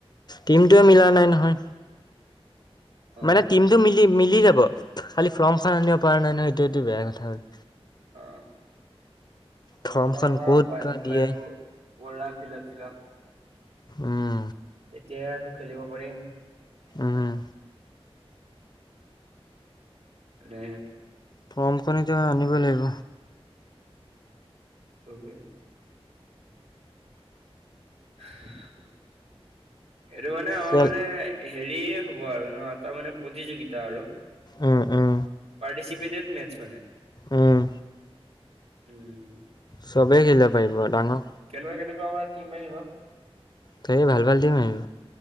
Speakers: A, on the left; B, on the right.
A: টিমটোৱে মিলা নাই নহয়।
B: অ অ
A: মানে টিমটো মিলি মিলি যাব খালি ফ্ৰৰ্মখন আনিব পৰা নাই নহয় সেইটোটো বেয়া কথা হ'ল।
B: অ', প্ৰমশন
A: ফৰ্মখন
B: অ
A: ক'ত
B: আকৌ আনি
A: বা
B: পেলাই
A: দিয়ে
B: কৰা ফিলপ চিলপ তেতিয়া
A: উম
B: আকৌ খেলিব পাৰিম।
A: উম।
B: এ
A: ফমখন এতিয়া আনিব লাগিব।
B: <inaudible> <inaudible> এইটো মানে আমাৰ
A: খেল
B: মানে হেৰিয়ে হ'ব আৰু ন এটা মানে প্ৰতিযোগিতা আৰু।
A: উম উম
B: পাৰ্টিচিপেটেড মেচ মানে।
A: উম।
B: উম, উম।
A: চবেই খেলিব পাৰিব ডাঙৰ
B: কেনেকুৱা কেনেকুৱা বা টিম আহিব?
A: কালিলে ভাল ভাল টিম আহিব।